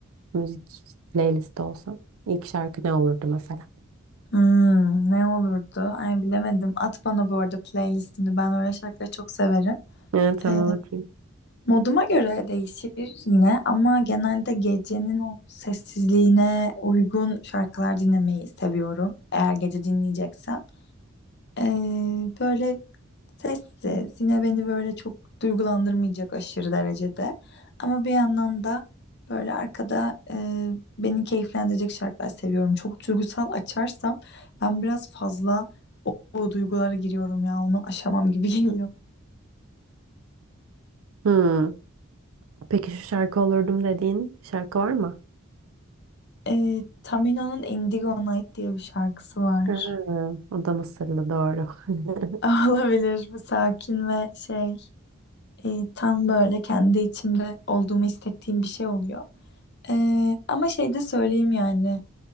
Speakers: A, on the right; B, on the left.
A: müzik playlisti olsan ilk şarkı ne olurdu mesela?
B: Hmm, ne olurdu? Ay bilemedim. At bana bu arada playlistini. Ben öyle şarkıları çok severim.
A: Evet tamam
B: Ee,
A: atayım.
B: Moduma göre değişir yine ama genelde gecenin o sessizliğine uygun şarkılar dinlemeyi seviyorum. Eğer gece dinleyeceksem. Ee, böyle sessiz. Yine beni böyle çok duygulandırmayacak aşırı derecede. Ama bir yandan da böyle arkada e, beni keyiflendirecek şarkılar seviyorum. Çok duygusal açarsam ben biraz fazla o, o duygulara giriyorum ya. Onu aşamam gibi <laughs> geliyor.
A: Hmm. Peki şu şarkı olurdum dediğin şarkı var mı?
B: Ee, Tamino'nun Indigo Night diye bir şarkısı var.
A: Ha, o da Mısırlı doğru. <laughs>
B: <laughs> Olabilir bu sakin ve şey e, tam böyle kendi içimde olduğumu hissettiğim bir şey oluyor. Ee, ama şey de söyleyeyim yani